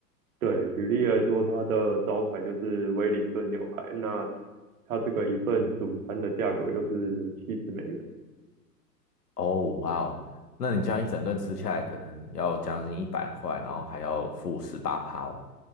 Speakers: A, on the right (about 55°); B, on the left (about 70°).
A: 对，举例来说，它的招牌就是威灵顿牛排，那它这个一份主餐的价格就是七十美元。
B: 哦，哇哦，那你这样一整顿吃下来，可能要将近一百块，然后还要付十八趴哦。